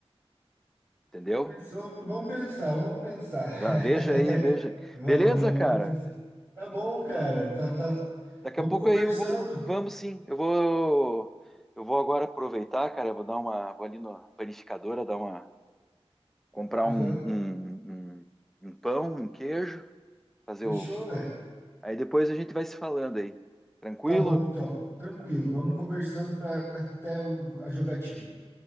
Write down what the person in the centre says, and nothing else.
entendeu?
Já- veja aí, veja.
Beleza,
cara?
Daqui
a pouco
aí eu vou, vamos sim. Eu vou, eu vou agora aproveitar, cara, eu vou dar uma, vou ali na panificadora, dar uma, comprar
um, um, um, um pão, um queijo, fazer
o.
Aí depois a gente vai se falando aí. Tranquilo?